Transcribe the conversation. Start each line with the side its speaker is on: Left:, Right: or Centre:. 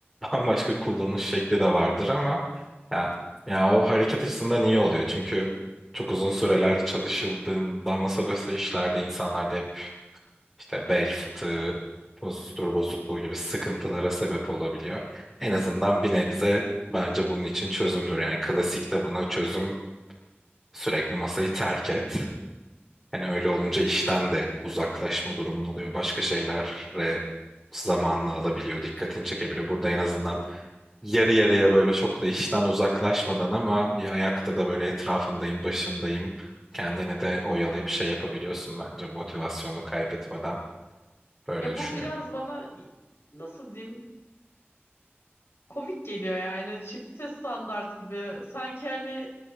Centre: bambaşka kullanış şekli de vardır ama ya, ya o hareket açısından iyi oluyor çünkü çok uzun süreler çalışıldığında masa başı işlerde insanlarda hep işte bel fıtığı, postür bozukluğu gibi sıkıntılara sebep olabiliyor. En azından bir nebze bence bunun için çözümdür. Yani klasikte buna çözüm sürekli masayı terk et. Hani öyle olunca işten de uzaklaşma durumun oluyor. Başka şeylere zamanını alabiliyor, dikkatini çekebiliyor. Burada en azından yarı yarıya böyle çok da işten uzaklaşmadan ama bir ayakta da böyle etrafındayım, başındayım. Kendini de oyalayıp şey yapabiliyorsun bence motivasyonunu kaybetmeden. Böyle
Left: Ya
Centre: düşünüyorum.
Left: bu biraz bana nasıl diyeyim komik geliyor yani çifte standart gibi. Sanki hani